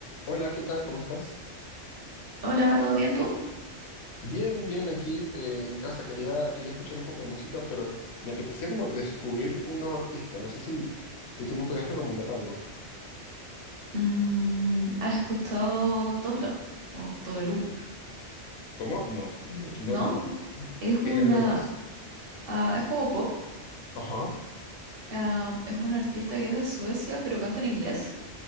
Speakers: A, on the left; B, on the right.
A: Hola, ¿qué tal? ¿Cómo estás?
B: Hola, ¿todo bien tú?
A: Bien, bien, aquí eh, en casa. Quería, quería escuchar un poco de música, pero me apetecía como descubrir un nuevo artista. No sé si, si tú me puedes recomendar algo.
B: Mm, ¿has escuchado Toblo o Tobelú?
A: ¿Cómo? No, no,
B: ¿No?
A: no, no.
B: Es
A: ¿Qué
B: una,
A: género es?
B: ah, es como pop.
A: Ajá,
B: Ah, es un artista que es de Suecia, pero canta en inglés